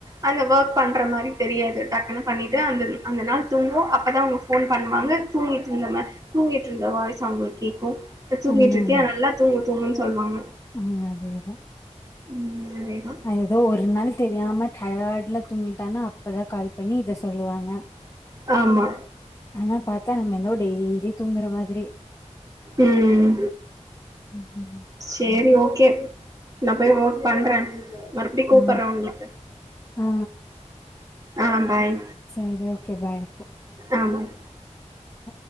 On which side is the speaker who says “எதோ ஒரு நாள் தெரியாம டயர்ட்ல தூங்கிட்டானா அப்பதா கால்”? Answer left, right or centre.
Left